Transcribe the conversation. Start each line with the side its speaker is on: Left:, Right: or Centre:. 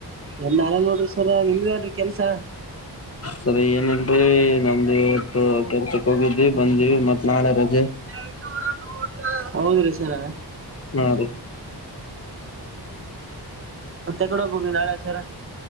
Right: ಇಲ್ಲ ನಾನ ನೋಡ್ರಿ ಸರ್ ನಿಮ್ದೆನ್ರೀ ಕೆಲ್ಸಾ
Left: ಸರ್ ಏನಲ್ರೀ ನಮ್ದು ಇವತ್ತು ಕೆಲ್ಸಕ್ ಹೋಗಿದ್ದ್ವಿ ಬಂದಿವಿ ಮತ್ತ್ ನಾಳೆ ರಜೆ
Right: <unintelligible> ಹೌದ ರೀ ಸರ
Left: ಹಾ ರೀ
Right: ಮತ್ತ್ ಎಕಡೆ ಹೋಗ್ಬೆಕ್ರಿ ನಾಳೆ ಸರ